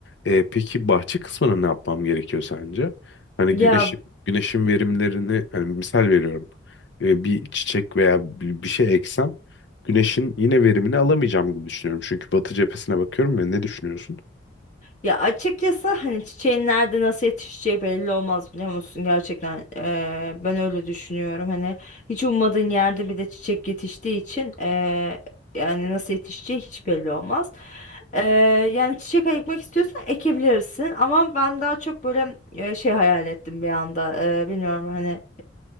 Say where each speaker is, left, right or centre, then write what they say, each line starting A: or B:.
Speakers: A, on the left (about 65°); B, on the left (about 40°).
A: E, peki bahçe kısmına ne yapmam gerekiyor sence? Hani
B: Ya
A: güneş, güneşin verimlerini hani misal veriyorum. E, bir çiçek veya bir, bir şey eksem güneşin yine verimini alamayacağım gibi düşünüyorum. Çünkü batı cephesine bakıyorum ya ne düşünüyorsun?
B: Ya açıkçası hani çiçeğin nerede nasıl yetişeceği belli olmaz biliyor musun gerçekten eee, ben öyle düşünüyorum hani hiç ummadığın yerde bir de çiçek yetiştiği için eee, yani nasıl yetişeceği hiç belli olmaz. Eee, yani çiçek ekmek istiyorsan ekebilirsin ama ben daha çok böyle eee, şey hayal ettim bir anda Eee, bilmiyorum hani